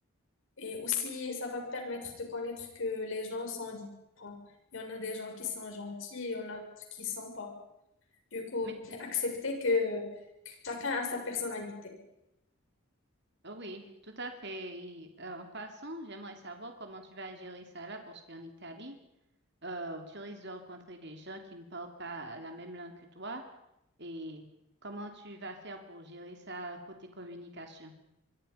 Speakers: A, on the left; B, on the right.
A: Et aussi, ça va me permettre de connaître que les gens sont différents. Il y en a des gens qui sont gentils, il y en a d'autres qui sont pas. Du coup,
B: Mais
A: j'ai accepté que, que chacun a sa personnalité.
B: euh, oui, tout à fait. Et, euh, en passant, j'aimerais savoir comment tu vas gérer ça là, parce qu'en Italie, euh, tu risques de rencontrer des gens qui ne parlent pas la même langue que toi et comment tu vas faire pour gérer ça euh, côté communication?